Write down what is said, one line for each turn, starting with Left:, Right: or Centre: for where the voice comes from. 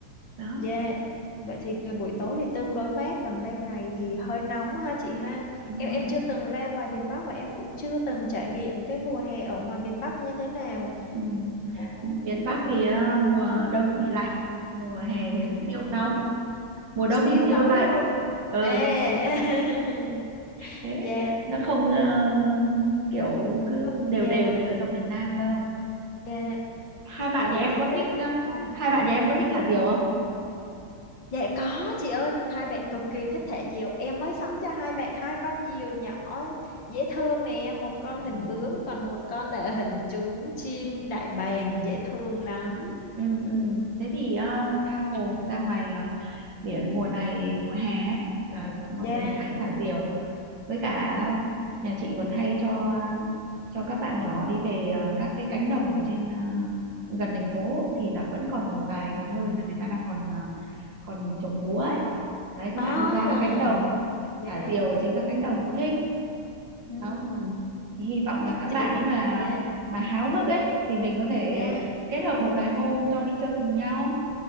Right: đó
Left: Dạ, Vậy thì cái buổi tối thì tương đối mát còn ban ngày thì hơi nóng ha chị ha.
Right: đúng
Left: Em
Right: rồi
Left: em chưa từng ra ngoài miền Bắc và em cũng chưa từng trải nghiệm cái mùa hè ở ngoài miền Bắc như thế nào.
Right: ừ.
Left: Ồ,
Right: miền Bắc thì ờ, mùa đông thì lạnh mùa hè thì
Left: à,
Right: siêu nóng mùa đông
Left: siêu
Right: thì siêu
Left: nóng
Right: lạnh
Left: luôn.
Right: ừ
Left: À. <laughs>
Right: thế
Left: Dạ,
Right: nó không ờ, kiểu cứ
Left: không
Right: đều
Left: dạ,
Right: đều như ở trong miền Nam đâu
Left: dạ.
Right: hai bạn
Left: Vậy
Right: nhà em
Left: tính
Right: có
Left: ra
Right: thích ờ,
Left: Ồ.
Right: hai bạn nhà em có thích thả diều không
Left: Dạ có chị ơi, hai bạn cực kỳ thích thả diều. Em mới sắm cho hai bạn hai con diều nhỏ dễ thương nè, một con
Right: Ừ.
Left: hình bướm còn một con là hình chú chim đại bàng dễ thương lắm.
Right: ừ ừ thế thì ờ, tha hồ ra ngoài ờ, biển mùa này mùa hè ấy, là mọi
Left: Dạ.
Right: người hay thả diều với cả nhà chị còn hay cho cho các bạn nhỏ đi về ờ, các cái cánh đồng ở trên ờ, gần thành phố thì là vẫn còn một vài cái nơi là người ta đang còn ờ, còn trồng lúa ấy. Đấy các
Left: À,
Right: bạn đi ra các cánh đồng
Left: dạ.
Right: thả diều ở trên các cánh đồng cũng thích
Left: Ừ.
Right: đó thì hy vọng là các
Left: Chị
Right: bạn ấy mà
Left: dạ.
Right: mà háo hức ấy thì mình có thể
Left: Dạ.
Right: kết hợp một vài hôm cho đi chơi cùng nhau